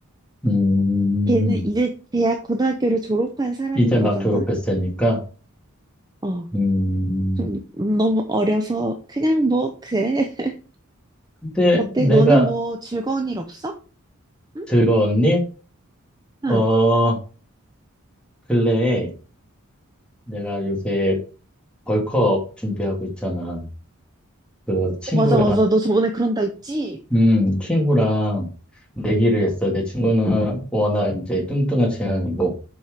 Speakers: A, in the centre; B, on the right.
A: 음,
B: 걔는 이제 대학 고등학교를 졸업한 사람인
A: 이제 막
B: 거잖아?
A: 졸업했으니까,
B: 어.
A: 음,
B: 좀 너무 어려서 그냥 뭐 그래. <laughs>
A: 근데
B: 어때?
A: 내가
B: 너는 뭐 즐거운 일 없어? 응?
A: 들었니? 어,
B: 응.
A: 근래에 내가 요새 벌크업 준비하고 있잖아. 그 친구랑
B: 어, 맞아, 맞아. 너 저번에 그런다 했지?
A: 음, 친구랑 내기를 했어 내 친구는 워낙 이제 뚱뚱한 체형이고,